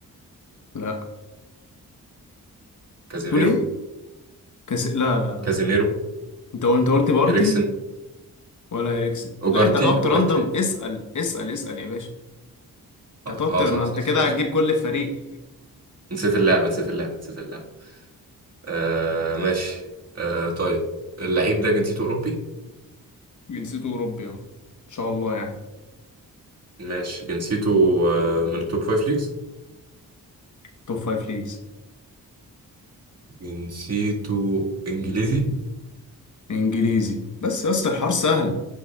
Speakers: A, on the left; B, on the right.
A: لا
B: كازيميرو
A: تقول ايه كاس لا لا لا
B: كازيميرو
A: انت قلت انت قلت بارتي
B: اريكسن
A: ولا اريكسن
B: اوجارتي
A: لا انت هتقعد تراندم
B: اوجارتي
A: اسال اسال اسال يا باشا انت
B: اه
A: هتقعد
B: آه،
A: تر-
B: صح
A: ما انت
B: صح سوري
A: كده هتجيب
B: سوري
A: كل فريق
B: نسيت اللعبه نسيت اللعبه نسيت اللعبه آه ماشي آه طيب اللعيب ده جنسيته اوروبي
A: جنسيته اوروبي اهو ان شاء الله يعني
B: ماشي جنسيته آه، من التوب فايف ليجز
A: توب فايف ليجز
B: جنسيته انجليزي
A: انجليزي بس يا اسطى الحوار سهل